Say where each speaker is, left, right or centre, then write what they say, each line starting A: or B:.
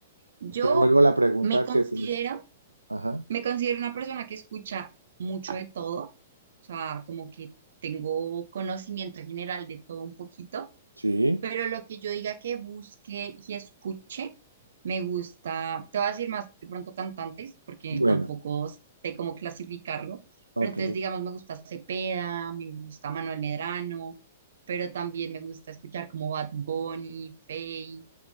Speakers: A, on the right; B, on the right.
A: Yo
B: Te devuelvo la pregunta
A: me considero,
B: que tú me hiciste. Ajá.
A: me considero una persona que escucha mucho de todo, o sea, como que tengo conocimiento general de todo un poquito
B: Sí.
A: Pero lo que yo diga que busque y escuche, me gusta, te voy a decir más de pronto cantantes, porque
B: Bueno,
A: tampoco sé cómo clasificarlo,
B: ok.
A: pero entonces digamos me gusta Cepeda, me gusta Manuel Medrano, pero también me gusta escuchar como Bad Bunny, Feid,